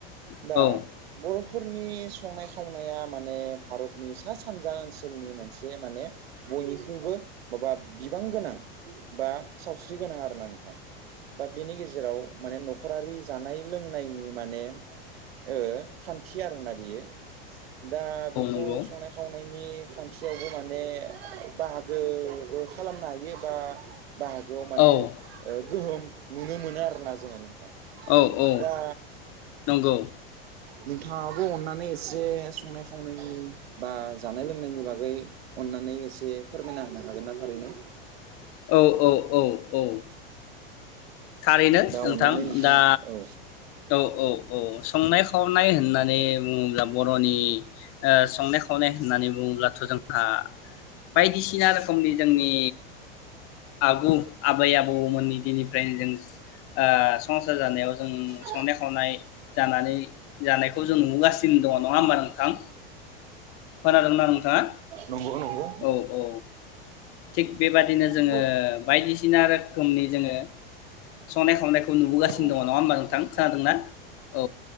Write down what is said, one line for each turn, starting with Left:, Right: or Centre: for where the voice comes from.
Left: औ
Right: दा बर' फोरनि संनाय खावनाया माने भारतनि सा सानजा ओनसोलनि मोन मोनसे माने बयनिख्रुइबो माबा बिबां गोनां बा सावस्रि गोनां आरो ना नोंथां। बा बिनि गेजेराव माने नखरारि जानाय लोंनायनि माने ओ खान्थि आरोना बियो। दा बि खौ
Left: नंगौ
Right: संनाय खावनायनि खान्थियावबो माने बाहागोबो खालामनो हायो बा बाहागोआव माने
Left: औ
Right: ओ गोहोम नुनो मोनो आरोना जोङो नोंथां।
Left: औ औ
Right: दा
Left: नंगौ
Right: नोंथाङाबो अननानै एसे संनाय खावनायनि बा जानाय लोंनायनि बागै अननानै एसे फोरमायना होनो हागोनना थारैनो
Left: औ औ औ औ थारैनो
Right: दा
Left: नोंथां
Right: अननानै नोंथाङा
Left: दा
Right: औ
Left: औ औ औ संनाय खावनाय होननानै बुङोब्ला बरनि ओ संनाय खावनाय होननानै बुङोब्लाथ जोंहा बायदिसिना रोखोमनि जोंनि आगु आबै आबौमोननि फ्रायनो जों ओ संसार जानायाव जों
Right: औ
Left: संनाय खावनाय जानानै जानायखौ जों नुबोगासिनो दङ नङा होमबा नोंथां खोनादोंना नोंथाङा
Right: नंगौ नंगौ
Left: औ औ थिग बेबादिनो
Right: नंगौ
Left: जोङो बायदिसि सिना रोखोमनि जोङो सनाय खावनाय नुबोगासिनो
Right: औ
Left: दङ होमबा नोंथां। खोनादोंना औ